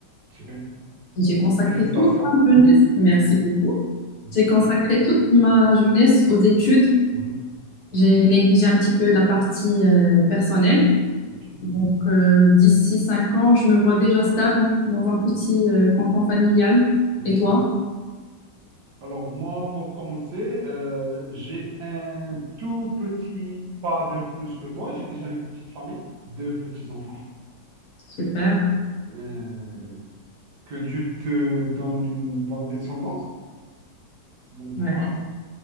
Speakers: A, on the right; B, on the left.
A: c'est bien.
B: Et J'ai consacré
A: Félicitations.
B: toute ma jeunesse, merci beaucoup.
A: Mhm.
B: J'ai consacré toute ma jeunesse aux études.
A: Mhm.
B: J'ai négligé un petit peu la partie euh, personnelle.
A: Ok,
B: Donc euh, d'ici 5 ans, je me vois déjà stable dans un petit euh, cocon familial.
A: oui.
B: Et toi?
A: Alors moi, pour commencer, euh, j'ai un tout petit pas de plus que toi. J'ai déjà une petite famille, deux petits-enfants.
B: Super.
A: Euh, que Dieu te donne une bonne descendance. Donc voilà.
B: Ouais,